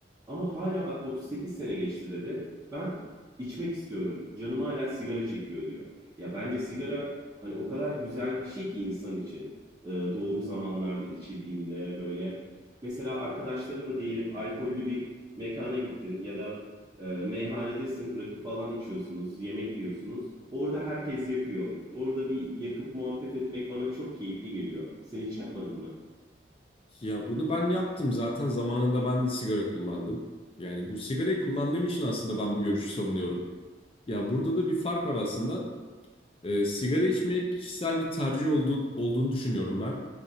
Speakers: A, on the right (about 20°); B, on the left (about 30°).
A: Ama hala bak 38 sene geçti dedi. Ben içmek istiyorum. Canım hala sigara çekiyor diyor. Ya bence sigara hani o kadar güzel bir şey ki insan için. Ee, doğru zamanlarda içildiğinde böyle. Mesela arkadaşlarınla diyelim alkollü bir mekana gittin ya da e, meyhanedesin, rakı falan içiyorsunuz, yemek yiyorsunuz. Orada herkes yakıyor. Orada bir yakıp muhabbet etmek bana çok keyifli geliyor. Sen hiç yapmadın mı?
B: Ya bunu ben yaptım zaten zamanında ben de sigara kullandım. Yani bu sigarayı kullandığım için aslında ben bu görüşü savunuyorum. Ya burada da bir fark var aslında. Ee, sigara içmek kişisel bir tercih olduğu, olduğunu düşünüyorum ben.